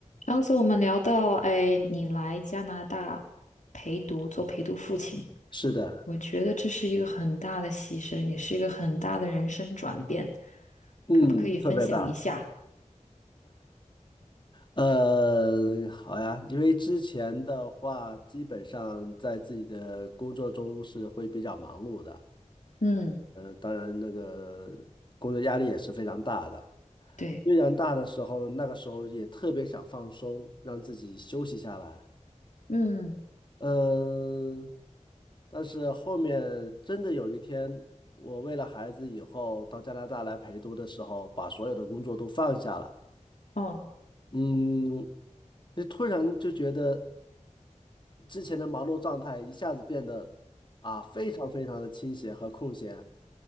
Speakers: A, on the left (about 70°); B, on the left (about 40°).
A: 上次我们聊到，哎，你来加拿大陪读，做陪读父亲，
B: 是的，
A: 我觉得这是一个很大的牺牲，也是一个很大的人生转变，
B: 嗯，
A: 可不可以分享一下？
B: 特别大。呃，好呀，因为之前的话，基本上在自己的工作中是会比较忙碌的。
A: 嗯，
B: 嗯、当然那个工作压力也是非常大的。
A: 对，
B: 非常大的时候，那个时候也特别想放松，让自己休息下来。
A: 嗯，
B: 嗯、但是后面真的有一天，我为了孩子以后到加拿大来陪读的时候，把所有的工作都放下了。
A: 哦，
B: 嗯，就突然就觉得之前的忙碌状态一下子变得啊，非常非常的清闲和空闲。